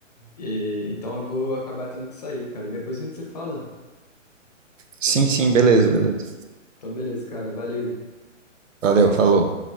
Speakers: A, on the left; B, on the right.
A: e- então eu vou acabar tendo que sair, cara. Depois a gente se fala.
B: Sim, sim, beleza, beleza.
A: Então, beleza, cara, valeu.
B: Valeu, falou.